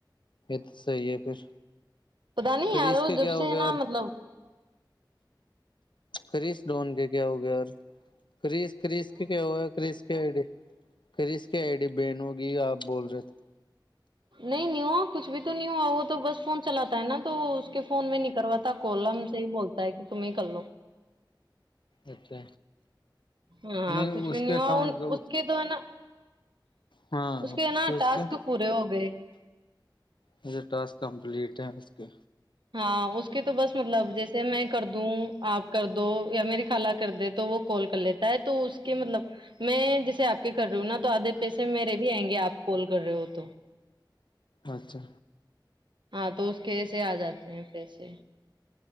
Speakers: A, on the left (about 75°); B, on the right (about 75°).
A: تو صی ہے پھر
B: پتا نہیں
A: کریس
B: ارو
A: کے کیا
B: جب سے
A: ہو
B: ہے
A: گیا
B: نا
A: اور
B: مطلب
A: کرس ڈون کے کیا ہو گیا اور کرس کرس کے کیا ہوا کرس کیا آئیڈ کریش کی آئی ڈی بین ہوگی آپ بول رہے تھے
B: نہیں نہیں ہوا کچھ بھی تو نہیں ہوا وہ تو بس فون چلاتا ہے نا تو اس کے فون میں نہیں کرواتا کولم سے ہی بولتا ہے کہ تم کرلو
A: اچھا
B: ہاں
A: نہیں
B: کچھ
A: اس
B: بھی
A: کے
B: ہوا
A: اکاؤنٹ
B: ان-
A: کا
B: اس کے تو ہے نا
A: ہاں
B: اس کے ہے نا
A: کیا
B: ٹاسک پورے ہو گئے
A: مجھے ٹاسک کمپلیٹ ہے اس کے
B: ہاں اس کے تو بس مطلب جیسے میں کر دوں آپ کر دو یا میری خالہ کر دے تو وہ کال کر لیتا ہے تو اس کے مطلب میں جیسے آپ کے کر رہی ہوں نا تو آدھے پیسے میرے بھی آئیں گے آپ کال کر رہے ہو تو
A: اچھا
B: ہاں تو اس کے ایسے آ جاتے ہیں پیسے